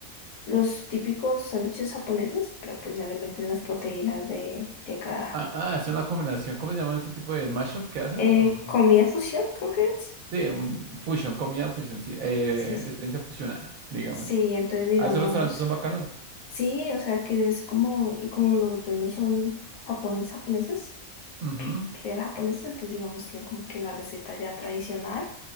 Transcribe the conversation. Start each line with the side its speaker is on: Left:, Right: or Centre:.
Left: los típicos sándwiches japoneses, pero pues ya le meten las proteínas de, de acá.
Right: Ah, ah, es una combinación. ¿Cómo se llama ese tipo de mashup que hacen?
Left: Eh,
Right: Mm.
Left: comida fusión, creo que es.
Right: Sí, un fusion, comida fusion, sí, eh,
Left: Sí, sí,
Right: experiencia fusionada, digámosle.
Left: Sí, entonces digamos,
Right: Ah, esos restaurantes son bacanos.
Left: sí, o sea que es como, y como los dueños son japoneses, japoneses,
Right: Ujú,
Left: real japoneses, entonces digamos, tienen como que la receta ya tradicional